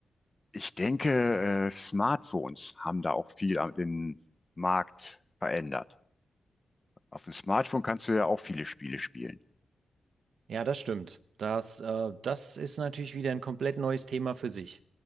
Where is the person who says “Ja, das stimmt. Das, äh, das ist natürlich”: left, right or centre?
Right